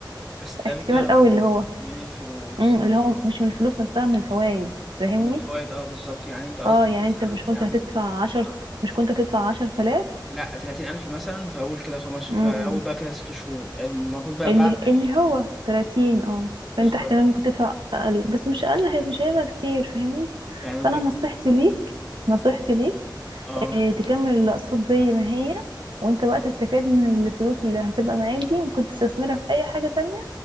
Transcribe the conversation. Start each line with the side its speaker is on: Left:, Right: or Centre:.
Centre: استرجع
Right: احتمال قوي اللي هو
Centre: من الفلوس
Right: مم، اللي هو مش من الفلوس نفسها من الفوائد فاهمني
Centre: من الفوائد اه بالظبط يعني انت قصدك
Right: اه يعني
Centre: مثلا
Right: انت مش كنت
Centre: يعني
Right: هتدفع
Centre: يعني
Right: عشر مش كنت هتدفع عشر تلاف
Centre: لا 30000 مثلا في اول كده خمس في
Right: مم،
Centre: اول بقى كده ست شهور المفروض بقى
Right: اللي
Centre: بعد
Right: اللي هو تلاتين اه فانت
Centre: بالظبط
Right: احتمال ممكن تدفع اقل بس مش اقل هي- مش هيبقى كتير فاهمني
Centre: يعني ممكن
Right: فانا نصيحتي ليك نصيحتي ليك
Centre: اه
Right: آه، تكمل الاقساط زي ما هي وانت بقى تستفاد من الفلوس اللي هتبقى معاك دي ممكن تستثمرها في اي حاجة تانية